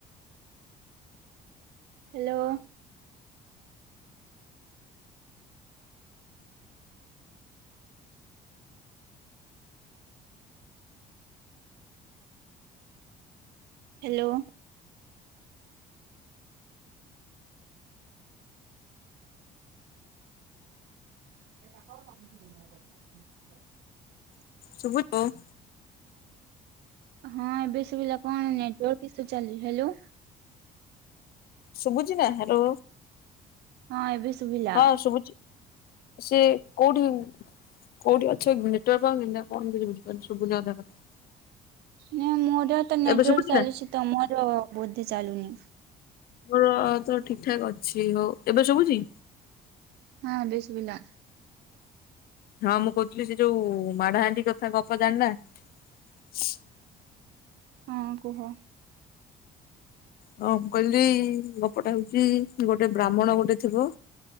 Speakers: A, on the right (about 75°); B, on the left (about 65°).
A: Hello. Hello. <unintelligible>
B: Subhu. <unintelligible>
A: ହଁ ଏବେ ସୁବିଲା କଣ ନେଟୱର୍କ ଇସ୍ୟୁ ଚାଲି, ହ୍ୟାଲୋ
B: ଶୁଭୁଛି ନା? ହ୍ୟାଲୋ।
A: ହଁ ଏବେ ଶୁଭିଲା।
B: ହଁ ଶୁଭୁଚି ସେ କୋଉଠି କୋଉଠି ଅଛ ନେଟୱର୍କ ପାଉନି ନା କଣ କିଛି ବୁଝିପାରୁନି ଶୁଭୁନି ଅଧା କଥା।
A: ନା ମୋର ତ ନେଟୱାର୍କ
B: ଏବେ ଶୁଭୁଛି
A: ଚାଲୁଛି
B: ନା?
A: ତମର ବୋଧେ ଚାଲୁନି।
B: ମୋର ତ ଠିକ୍ ଠାକ୍ ଅଛି। ହଉ ଏବେ ଶୁବୁଛି?
A: ହଁ ଏବେ ଶୁବିଲା।
B: ହଁ ମୁଁ କହୁଥିଲି ସେ ଯୋଉ ମାଡହାଣ୍ଡି କଥା ଗପ ଜାଣିନାହାଁନ୍ତି? <inaudible>
A: ହଁ କୁହ।
B: ହଁ କହିଲି ଗପଟା ହଉଛି ଗୋଟେ ବ୍ରାହ୍ମଣ ଗୋଟେ ଥିବ